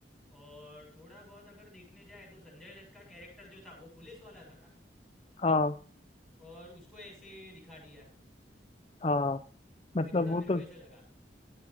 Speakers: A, in the centre; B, on the left (about 35°).
A: और थोड़ा बहुत अगर देखने जाए तो संजय दत्त का कैरेक्टर जो था वो पुलिस वाला था ना
B: हाँ
A: और उसको ऐसे दिखा दिया
B: हाँ
A: वो
B: मतलब
A: भी थोड़ा
B: वो
A: मेरे
B: तो
A: को ऐसे लगा